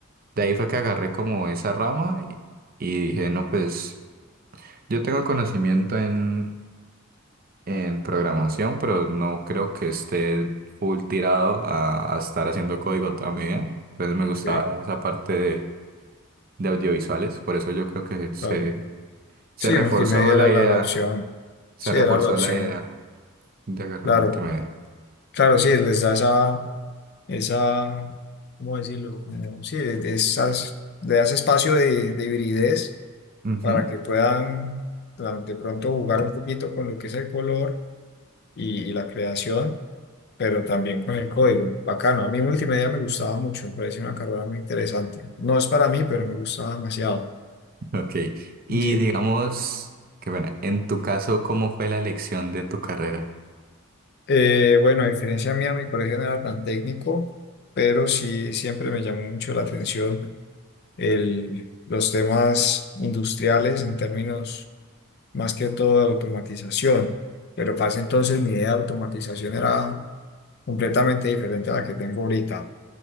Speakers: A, on the right; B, on the left.
A: de ahí fue que agarré como esa rama y, y dije, no, pues yo tengo conocimiento en, en programación, pero no creo que esté full tirado a, a estar haciendo código toda mi vida. Entonces me
B: Ok,
A: gustaba esa parte de, de audiovisuales. Por eso yo creo que se,
B: Claro.
A: se
B: Sí,
A: reforzó
B: multimedia era
A: la
B: la
A: idea,
B: la opción.
A: se
B: Sí,
A: reforzó
B: era la opción.
A: la idea de agarrar
B: Claro.
A: multimedia.
B: Claro, sí, les da esa, esa, ¿cómo decirlo? Como- sí, esas, le das espacio de, de hibridez
A: Ujú.
B: para que puedan tra- de pronto jugar un poquito con lo que es el color y, y la creación, pero también con el código. Bacano, a mí multimedia me gustaba mucho, me pareció una carrera muy interesante. No es para mí, pero me gustaba demasiado.
A: Ok, y
B: Y,
A: digamos, que bueno, en tu caso, ¿cómo fue la elección de tu carrera?
B: eh, bueno, a diferencia mía, mi colegio no era tan técnico, pero sí siempre me llamó mucho la atención el- los temas industriales en términos más que todo de automatización. Pero para ese entonces mi idea de automatización era completamente diferente a la que tengo ahorita.